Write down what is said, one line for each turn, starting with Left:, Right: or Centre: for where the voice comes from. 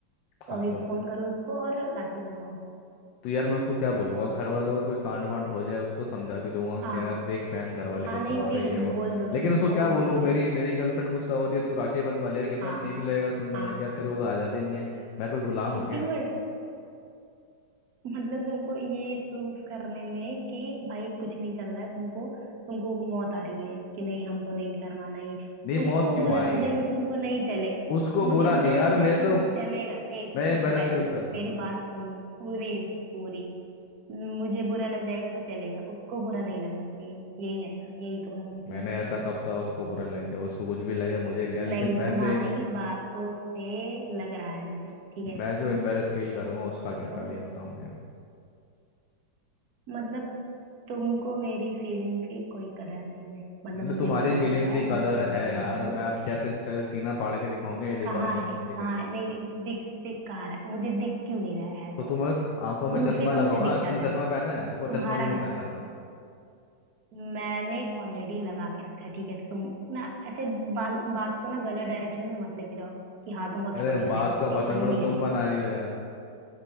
Right: तो
Left: हाँ
Right: अभी
Left: तो
Right: फोन करो उसको और राखी बनवाओ उसको
Left: तो यार मैं उसको क्या बोलूंगा घर वालों का कोई कांड वांड हो जाए उसको समझा भी दूंगा
Right: हाँ
Left: कि यार देख बहन घर वाले
Right: हाँ
Left: गुस्सा
Right: नहीं
Left: हो
Right: नहीं
Left: रही है वो
Right: बोल दो
Left: लेकिन उसको
Right: बोल
Left: क्या बोलूँ
Right: दो उससे
Left: मेरी मेरी गर्लफ्रेंड गुस्सा हो रही है तू राखी बंधवा ले यार कितना
Right: हाँ
Left: चीप लगेगा सुनने
Right: हाँ
Left: में क्या तेरे को आज़ादी नहीं है मैं कोई गुलाम हूँ क्या
Right: एक मिनट मतलब तुमको ये प्रूफ करने में कि भाई कुछ नहीं चल रहा है तुमको तुमको मौत आ रही है कि नहीं हमको नहीं करवाना ये
Left: नहीं
Right: उसको
Left: मौत क्यों
Right: बुरा
Left: आई
Right: लग जाएगा तुमको नहीं चले
Left: उसको
Right: मुझे
Left: बुरा नहीं
Right: बुरा
Left: यार
Right: लग जाएगा
Left: मैं
Right: तुमको
Left: तो
Right: चलेगा एक
Left: मैं
Right: चुप
Left: एम्बेरस
Right: पहले
Left: फील करूंगा
Right: मेरी
Left: ना
Right: बात सुन पूरी पूरी मुझे बुरा लग जाएगा तो चलेगा उसको बुरा नहीं लगना चाहिए यही है ना यही तुम्हारा मतलब
Left: मैंने
Right: है
Left: ऐसा कब कहा उसको बुरा नहीं जब उसको कुछ भी लगे मुझे क्या लेकिन
Right: नहीं
Left: मैं
Right: तुम्हारी
Left: जो emb-
Right: बातों से लग रहा है मुझे ठीक है
Left: मैं जो एम्बेरस फील करूंगा उसका क्या
Right: तो
Left: पहले ये बताओ
Right: मतलब तुमको मेरी फीलिंग की कोई कदर नहीं है मतलब
Left: मतलब
Right: मुझे
Left: तुम्हारी
Right: बुरा
Left: फीलिंग्स
Right: लग रहा
Left: की
Right: है
Left: कदर
Right: मैं कैसा
Left: है
Right: फील
Left: यार
Right: कर रही
Left: मैं
Right: हूँ
Left: आप कैसे कैसे सीना फाड़ के दिखाऊंगा ये
Right: कहाँ
Left: देखो अंदर
Right: है
Left: तुम दिख
Right: कहाँ
Left: रही हो
Right: है नहीं नहीं दिख दिख कहाँ रहा है मुझे दिख क्यों नहीं रहा है
Left: तो
Right: तो
Left: तुम्हें त- आंखों में
Right: दूसरे
Left: चश्मा
Right: का
Left: लगाओ
Right: मुझे दिख
Left: ना
Right: जाता
Left: तुमने
Right: है
Left: चश्मा पहना है देखो
Right: तुम्हारा
Left: चश्मा भी नहीं पहन रखा
Right: मैंने ऑलरेडी लगा के रखा है ठीक है तो तुम ना ऐसे बाल बात को ना गलत डायरेक्शन में मत लेके जाओ कि हाँ तुम बहुत
Left: अरे
Right: फनी लग
Left: बात
Right: रहे हो
Left: का
Right: ये
Left: बतंगड़
Right: फनी नहीं
Left: तुम
Right: है ठीक
Left: बना
Right: है
Left: रही हो यार